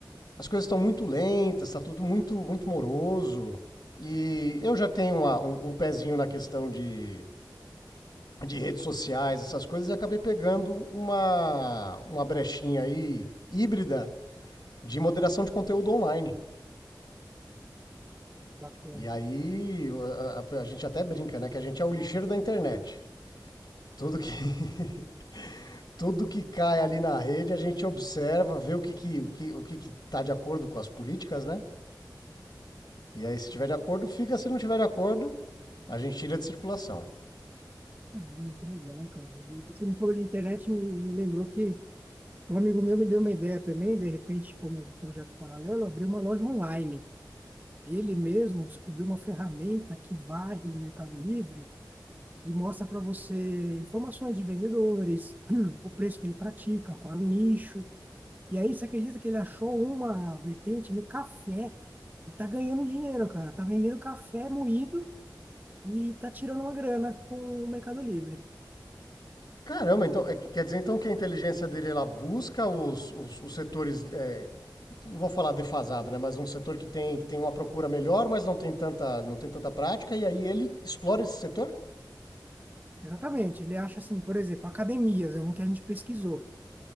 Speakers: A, on the left; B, on the right.
A: as coisas estão muito lentas, está tudo muito, muito moroso. E eu já tenho uma- um, um pezinho na questão de, de redes sociais, essas coisas, e acabei pegando uma, uma brechinha aí híbrida de moderação de conteúdo online.
B: Bacana.
A: E aí o- a, a- a gente até brinca, né? Que a gente é o lixeiro da internet. Tudo que, <laughs> tudo que cai ali na rede, a gente observa, vê o que, que, o que, o que que tá de acordo com as políticas, né? E aí, se tiver de acordo, fica. Se não tiver de acordo, a gente tira de circulação.
B: Muito legal, cara. E Você me falou de internet, me, me lembrou que um amigo meu me deu uma ideia também, de repente, como um projeto paralelo, abriu uma loja online. Ele mesmo descobriu uma ferramenta que varre o Mercado Livre e mostra para você informações de vendedores, <clears throat> o preço que ele pratica, qual é o nicho. E aí você acredita que ele achou uma vertente no café e tá ganhando dinheiro, cara. Tá vendendo café moído e tá tirando uma grana com o Mercado Livre.
A: Caramba, então é, quer dizer então que a inteligência dele ela busca os, os, os setores, é, não vou falar defasado, né? Mas um setor que tem, que tem uma procura melhor, mas não tem tanta, não tem tanta prática, e aí ele explora esse setor?
B: Exatamente. Ele acha assim, por exemplo, academias, é um que a gente pesquisou.